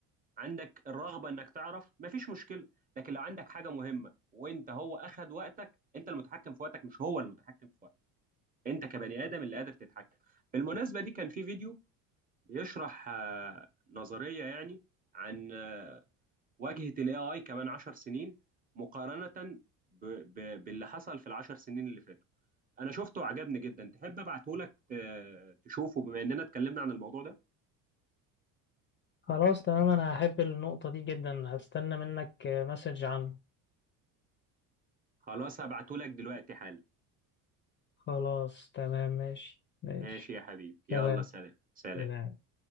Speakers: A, on the right; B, on the left.
A: عندك الرغبه انك تعرف مفيش مشكله لكن لو عندك حاجه مهمه وانت هو اخد وقتك انت المتحكم في وقتك مش هو المتحكم في وقتك انت كبني ادم اللي قادر تتحكم بالمناسبه دي كان في فيديو بيشرح آه، نظريه يعني عن آه، واجهه الاي اي كمان 10 سنين مقارنه ب... ب... باللي حصل في العشر سنين اللي فاتوا انا شفته وعجبني جدا تحب ابعته لك تشوفه بما اننا اتكلمنا عن الموضوع ده
B: خلاص تمام أنا هحب النقطة دي جدا هستنى منك مسج عنه
A: خلاص هبعته لك دلوقتي حالا
B: خلاص تمام ماشي ماشي
A: ماشي يا حبيبي يلا
B: سلام
A: سلام سلام
B: سلام